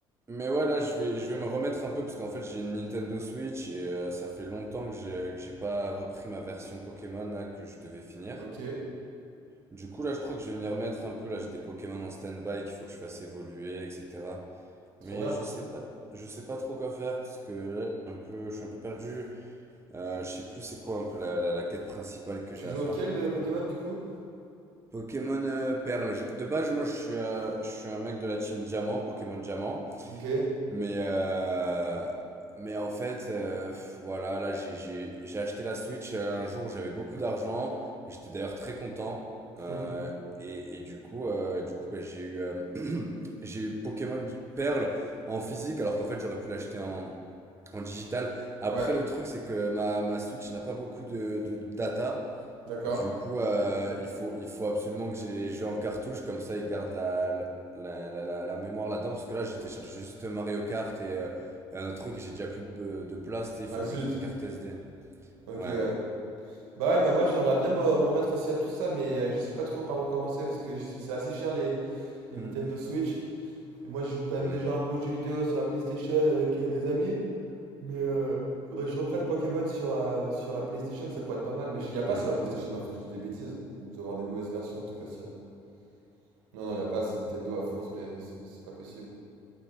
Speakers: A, on the right; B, on the right.
A: mais ouais, là, je vais, je vais me remettre un peu parce qu'en fait, j'ai une Nintendo Switch et euh, ça fait longtemps que j'ai, que j'ai pas repris ma version Pokémon là que je devais finir.
B: Ok,
A: Du coup, là, je crois que je vais m'y remettre un peu. Là, j'ai des Pokémon en stand-by qu'il faut que je fasse évoluer, etc.
B: trop
A: Mais
B: bien.
A: je sais pas, je sais pas trop quoi faire parce que là, je suis un peu, je suis un peu perdu. Euh, je sais plus c'est quoi un peu la, la, la quête principale que
B: Tu
A: j'ai à
B: joues
A: faire.
B: auquel de Pokémon du coup?
A: Pokémon euh, Perle. Je- de base, moi, je suis, euh, je suis un mec de la team Diamant, Pokémon Diamant.
B: Ok.
A: Mais, euh, mais en fait, euh, pff, voilà, là, j'ai, j'ai, j'ai acheté la Switch euh, un jour où j'avais beaucoup d'argent. J'étais d'ailleurs très content.
B: <laughs>
A: Euh, et, et du coup, euh, du coup bah, j'ai eu, euh, <clears throat> j'ai eu Pokémon Perle en physique, alors qu'en fait, j'aurais pu l'acheter en, en digital. Après,
B: Ouais,
A: le truc, c'est que ma, ma Switch n'a pas beaucoup de, de data.
B: d'accord.
A: Du coup, euh, il faut, il faut absolument que j'ai les jeux en cartouche, comme ça ils gardent la, la, la, la, la mémoire là-dedans, parce que là j'ai téléchargé juste Mario Kart et, euh, et un autre truc et j'ai déjà plus de, de place, tu sais, il
B: Ah
A: faut que
B: zut.
A: je mette une carte SD.
B: Ok,
A: Ouais.
B: ouais. Bah ouais, bah moi j'aimerais bien me, me remettre aussi à tout ça, mais euh, je sais pas trop par où commencer parce que c'est c'est assez cher les, les
A: Mm.
B: Nintendo Switch. Et moi je joue quand même
A: Mm.
B: déjà un peu aux jeux vidéo sur la PlayStation avec euh, des amis, mais euh, faudrait que je reprenne Pokémon sur la, sur la PlayStation, ça pourrait être pas mal. Mais il y a pas
A: Mm.
B: sur la PlayStation en fait, je dis des bêtises, il doit y avoir des mauvaises versions en tout cas s'il y en a. Non, non, il y a pas, c'est Nintendo à fond, c'est c'est- c'est pas possible.